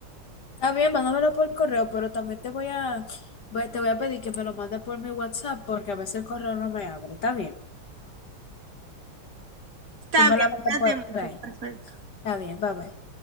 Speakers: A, on the left; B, on the right.
A: Está bien, mándamelo por correo, pero también te voy a, voy- te voy a pedir que me lo mandes por mi WhatsApp porque a veces el correo no me abre. Está bien.
B: Está
A: Tú me
B: bien,
A: la mandas
B: cuídate
A: por
B: mucho.
A: ahí.
B: Fran.
A: Está bien, bye bye.